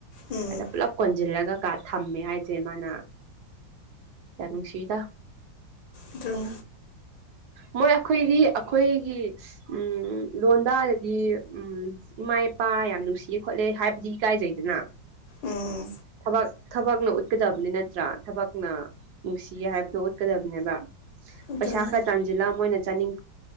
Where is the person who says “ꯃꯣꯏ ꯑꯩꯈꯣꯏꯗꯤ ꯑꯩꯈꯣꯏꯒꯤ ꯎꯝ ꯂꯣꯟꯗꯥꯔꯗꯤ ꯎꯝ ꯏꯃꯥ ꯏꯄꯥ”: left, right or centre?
Right